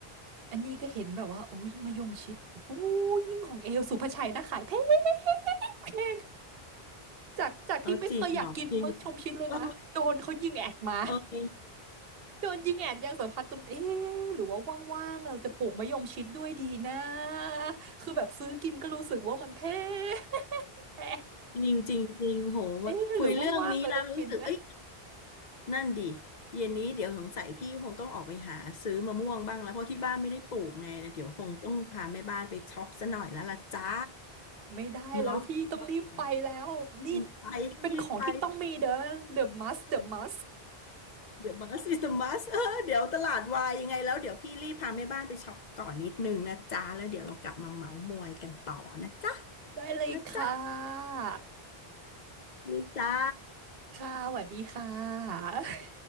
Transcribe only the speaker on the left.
เออจริงเหรอจริงเออเออ <laughs>
จริงจริงจริงโหว่าคุยเรื่องนี้แล้วรู้สึกเอ้ย
นั่นดิเย็นนี้เดี๋ยวสงสัยพี่คงต้องออกไปหาซื้อมะม่วงบ้างแล้วเพราะที่บ้านไม่ได้ปลูกไงเดี๋ยวคงต้องพาแม่บ้านไปช็อปซะหน่อยแล้วล่ะจ้า
เนาะว่าไงอืมไปต้องรีบไป
เดี๋ยวบัสอิสมัสเออเดี๋ยวตลาดวายยังไงแล้วเดี๋ยวพี่รีบพาแม่บ้านไปช็อปก่อนนิดนึงนะจ้าแล้วเดี๋ยวเรากลับมาเมาท์มอยกันต่อนะจ๊ะ
นะจ๊ะดีจ้า